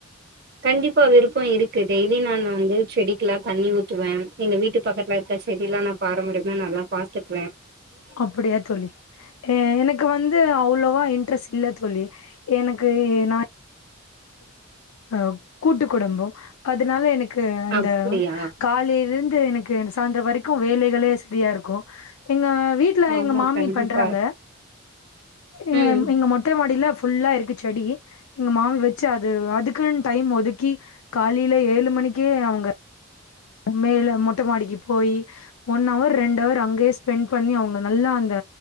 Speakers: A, on the right; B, on the left.
A: கண்டிப்பா விருப்போ இருக்கு டெய்லி நான் வந்து செடிக்கெல்லா தண்ணி ஊ த்துவேன் எங்க வீட்டு பக்கத்துல இருக்க செடில்லா நா பாரம்பரியமா நல்லா பாத்துக்குவ
B: அப்டியா தோழி எ எனக்கு வந்து அவ்ளோவா இன்ட்ரெஸ்ட் இல்ல தோழி எனக்கு நா அ கூட்டு குடும்போ அதுனால எனக்கு அந்த
A: அப்டியா
B: காலைலந்து எனக்கு ஏறு சாய்ந்தரோ வரைக்கு வேலைகளே செரியா இருக்கு எங்க வீ ட்ல
A: ஆமா
B: எங்க மாமி
A: கண்டிப்பா
B: பண்றாங்க எ
A: ம்
B: எங்க மொ ட்ட மாடில ஃபுல்லா இருக்கு செடி எங்க மாமி வெ ச்ச அது அதுக்குன்னு டைம் ஒதுக்கி காலைல ஏழு மணிக்கே அவுங்க மேல மொட்ட மாடிக்கு போய் ஒன் அவர் ரெண்டு அவர் அங்கயே ஸ்பெண்ட் பண்ணி அவுங்க நல்லா அந்த